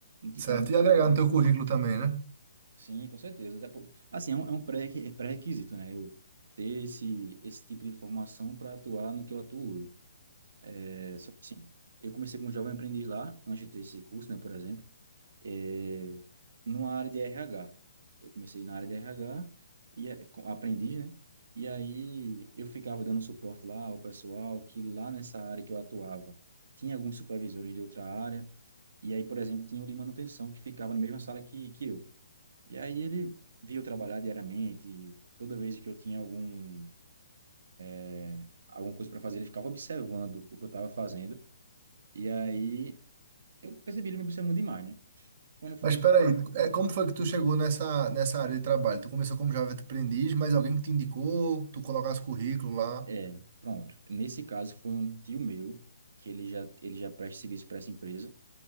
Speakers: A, on the right; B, on the right.
A: tipo,
B: Certo.
A: na
B: E agregar no teu currículo também, né?
A: Sim, com certeza. Até por... Assim, é um, é um pré-requi- pré-requisito, né? Eu ter esse, esse tipo de formação para atuar no que eu atuo hoje. É, só que, assim, eu comecei como jovem aprendiz lá, antes de ter esse curso, né, por exemplo, é, numa área de RH. Eu comecei na área de RH, e, é- com- aprendiz, né? E aí eu ficava dando suporte lá ao pessoal que lá nessa área que eu atuava tinha alguns supervisores de outra área. E aí, por exemplo, tinha o de manutenção que ficava na mesma sala que, que eu. E aí ele via eu trabalhar diariamente, e toda vez que eu tinha algum, é, alguma coisa para fazer, ele ficava observando o que eu estava fazendo. E aí eu percebi ele me observando demais, né? Quando eu fui,
B: Mas peraí, é, como foi que tu chegou nessa, nessa área de trabalho? Tu começou como Java aprendiz, mas alguém que te indicou, tu colocasse currículo lá,
A: é, pronto. Nesse caso foi um tio meu que ele já ele já presta serviço para essa empresa.